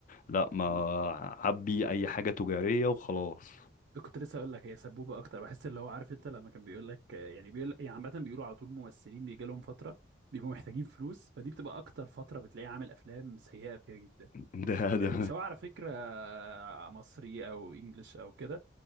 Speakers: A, on the left; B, on the right.
A: لا ما
B: مم.
A: عبي اي حاجه تجاريه وخلاص
B: كنت لسه اقول لك هي سبوبه اكتر بحس اللي هو عارف انت لما كان بيقول لك آه، يعني بيقول يعني عامه بيقولوا على طول الممثلين بيجي لهم فتره بيبقوا محتاجين فلوس فدي بتبقى اكتر فتره بتلاقيه عامل افلام سيئه فيها جدا
A: <laughs> ده
B: يعني
A: ده
B: سواء على فكره آه، مصري او انجلش او كده